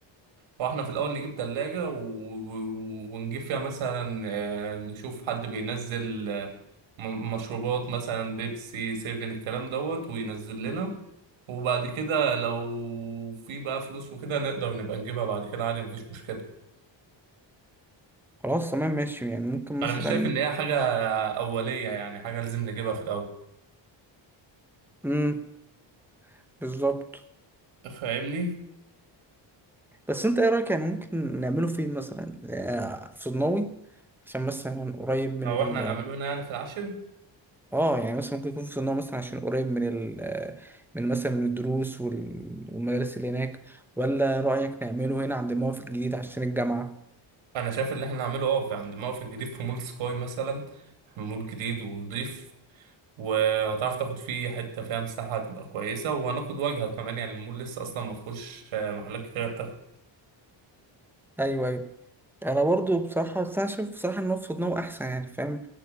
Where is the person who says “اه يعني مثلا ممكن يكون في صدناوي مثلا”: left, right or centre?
Centre